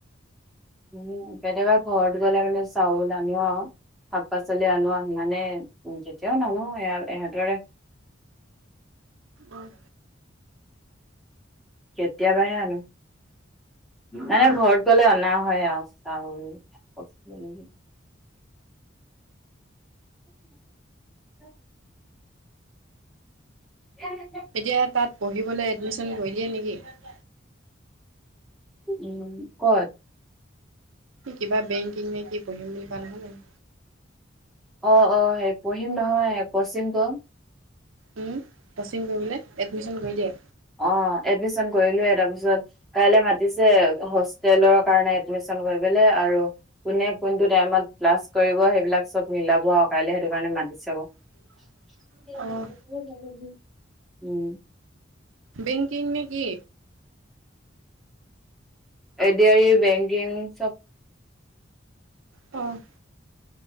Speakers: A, in the centre; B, on the right (about 85°).
A: উহো কেতিয়াবা ঘৰত গ'লে মানে চাউল আনিব আৰু। শাক পাচলি আনো মানে উম যেতিয়াও নানো এইহঁতৰে
B: অ',
A: কেতিয়াবাহে আনো। মানে
B: অ',
A: ঘৰত গ'লে অনা হয় আৰু চাউল <inaudible> <inaudible> <inaudible>
B: এতিয়া তাত পঢ়িবলৈ এডমিশন কৰিলিয়ে নেকি?
A: উম, ক'ত?
B: কিবা বেকিং নে কি পঢ়িম বুলি কোৱা নহয় জানো।
A: অ', অ', সেই পঢ়িম নহয়েই <unintelligible>
B: উম, কচিং কৰিবলৈ এডমিশ্যন কৰি দিয়ে।
A: অ', এডমিশন কৰিলোয়ে তাৰপিছত কাইলৈ মাতিছে হোষ্টেলৰ কাৰণে এডমিশন কৰিবলে আৰু কোনে কোনটো টাইমত ক্লাছ কৰিব সেইবিলাক চব মিলাব আৰু কাইলে সেইটো কাৰণে মাতিছে বাৰু।
B: <inaudible>
A: <unintelligible>
B: অ',
A: উম।
B: বেংকিং নে কি?
A: এ দি আৰ ই বেংকিং চব।
B: অ'।